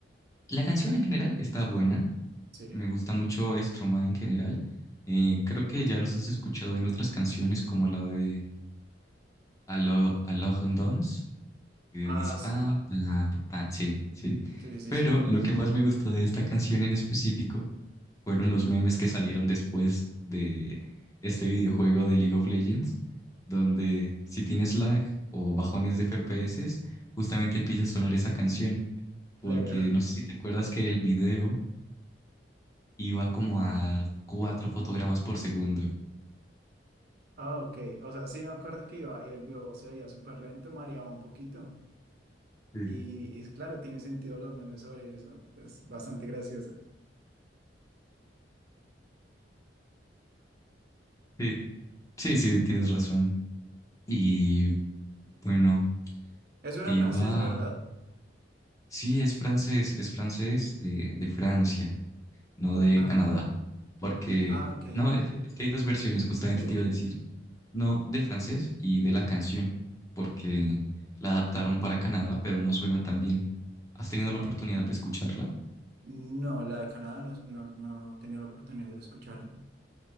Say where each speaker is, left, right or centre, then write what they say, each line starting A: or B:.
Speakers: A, on the left; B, on the right.
A: La canción en general está buena.
B: Sí.
A: Me gusta mucho Stromae en general. Eh, creo que ya los has escuchado en otras canciones como la de Alo, Alone Dance que
B: Ah,
A: dice pa,
B: sí,
A: pa, pa, pa, sí, sí.
B: sí, sí, sí,
A: Pero
B: sí,
A: lo que más me gustó de esta canción en específico fueron los memes que salieron después de este videojuego de League of Legends, donde si tienes lag o bajones de FPS, justamente empieza a sonar esa canción. Porque
B: claro. <laughs>
A: no sé si te acuerdas que el video iba como a cuatro fotogramas por segundo.
B: Ah, ok, o sea, sí me acuerdo que iba y el video se veía súper lento, mareaba un poquito.
A: Sí.
B: Y, y claro, tiene sentido los memes sobre eso, es bastante gracioso.
A: Sí, sí, sí, tienes razón. Y bueno,
B: Eso era
A: te iba
B: francés, ¿verdad?
A: Sí, es francés, es francés de, de Francia, no de
B: Ah,
A: Canadá, porque,
B: <laughs> ah, ok,
A: no, <laughs> es que hay dos versiones, justamente
B: sí,
A: te iba a decir, no, del francés y de la canción, porque la adaptaron para Canadá, pero no suena tan bien. ¿Has tenido
B: ok.
A: la oportunidad de escucharla?
B: No, la de Canadá no, no, no tenía la oportunidad de escucharlo.